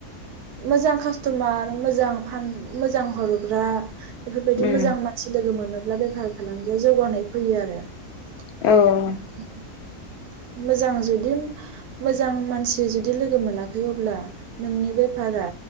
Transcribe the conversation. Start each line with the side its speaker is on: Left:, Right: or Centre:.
Right: मोजां कास्टमार मोजां फान मोजां हरग्रा बेफोरबायदि
Left: उम
Right: मोजां मानसि लोगो मोनो ब्ला <unintelligible> फालांगियाव जौगानाय फैयो आरो <inaudible>
Left: औ उम
Right: मोजां जु दि मोजां मा मानसिया जुदि लोगो मोनाखै अब्ला नोंनि बेफारा